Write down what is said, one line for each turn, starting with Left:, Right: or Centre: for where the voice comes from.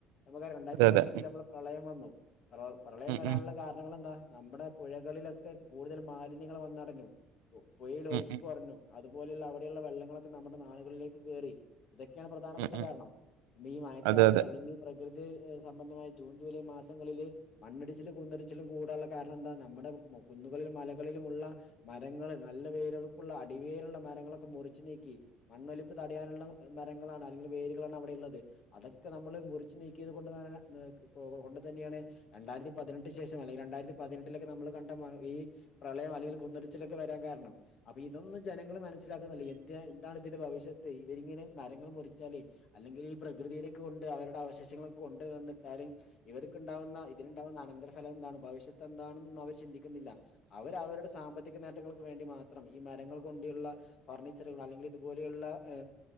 Left: നമക്ക രണ്ടായിത്തി
Right: അതെ അതെ
Left: പതിനെട്ടിൽ നമ്മൾ പ്രളയം വന്നു പ്ര പ്രളയം
Right: ഉം
Left: വരാനുള്ള
Right: ഉം
Left: കാരണങ്ങൾ എന്താ നമ്മുടെ പുഴകളിലൊക്കെ കൂടുതൽ മാലിന്യങ്ങള്ൾ വന്നടഞ്ഞു പു പുയിയില
Right: ഉം
Left: ഒയിക്ക്
Right: ഉം ഉം
Left: കുറഞ്ഞു അതുപോലെയുള്ള അവിടെയുള്ള വെള്ളങ്ങളൊക്കെ നമ്മുടെ നാടുകളിലേക്ക് കയറി ഇതൊക്കെയാണ് പ്രധാനപ്പെട്ട
Right: ഉം ഉം
Left: കാരണംഈ മഴക്കാലത്ത്
Right: അതെ അതെ
Left: അല്ലെങ്കിൽ ഈ പ്രകൃതി ഇതീൽ ഏ സംബന്ധമായ ജൂൺ ജൂലൈ മാസങ്ങളില് മണ്ണിടിച്ചില് കുന്നടിച്ചിലും കൂടാനുള്ള കാരണം എന്താ നമ്മുടെ <unintelligible> കുന്നുകളിലും മലകളിലുമുള്ള മരങ്ങളെ നല്ല വേരുറപ്പുള്ള അടിവേരുള്ള മരങ്ങളൊക്കെ മുറിച്ചു നീക്കി മണ്ണൊലിപ്പ് തടയാനുള്ള <unintelligible> മരങ്ങളാണ് അല്ലെങ്കില് വേരുകളാണ് അവിടെ ഇള്ളത് അതൊക്കെ നമ്മള് മുറിച്ച് നീക്കിയത് കൊൺ <unintelligible> കൊണ്ട് തന്നെയാണ് രണ്ടായിരത്തി പതിനെട്ട് ശേഷം അല്ലെങ്കി രണ്ടായിരത്തി പതിനെട്ടിലൊക്കെ നമ്മള് ക <unintelligible> ഈ പ്രളയം അല്ലെങ്കില് കുന്നൊരിച്ചിലൊക്കെ വരാൻ കാരണം അപ്പൊ ഇതൊന്നും ജനങ്ങള് മനസ്സിലാക്കുന്നില്ല എന്ത്യാ എന്താണ് ഇതിന്റെ ഭവിഷ്യത്ത് ഇവരിങ്ങനെ മരങ്ങള് മുറിച്ചാലേ അല്ലെങ്കിൽ ഈ പ്രകൃതിയിലേക്ക് കൊണ്ട് അവരുടെ അവശേഷങ്ങള് കൊണ്ടുവന്നിട്ടാലും ഇവർക്കുണ്ടാവുന്ന ഇതിലുണ്ടാവുന്ന അനന്തര ഫലം എന്താണ് ഭവിഷ്യത്ത് എന്തണെന്ന് അവര് ചി ക്കുന്നില്ല അവര് അവരുടെ സാമ്പത്തിക നേ ട്ടങ്ങൾക്ക് വേണ്ടി മാത്രം ഈ മരങ്ങൾ കൊണ്ടുള്ള ഫർണിച്ചറുകൾ അല്ലെങ്കിൽ ഇതുപോലെയുള്ള ഏ